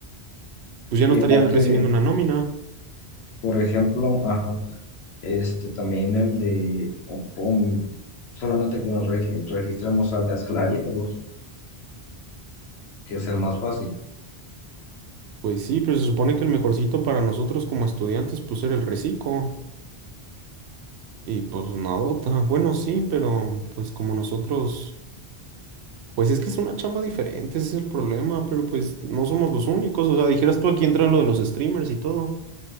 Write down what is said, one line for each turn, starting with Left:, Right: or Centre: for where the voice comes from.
Right: Pues ya
Left: Y
Right: no estaría
Left: aparte,
Right: recibiendo una nómina.
Left: por ejemplo, ajá, este también el de, o- o- solamente que nos reg- registremos al de asalariados, que es el más fácil.
Right: Pues sí, pero se supone que el mejorcito para nosotros como estudiantes, pues era el reciclo. Y pues nadota. Bueno, sí, pero pues como nosotros, pues es que es una chamba diferente, ese es el problema, pero pues no somos los únicos. O sea, dijeras tú aquí entra lo de los streamers y todo.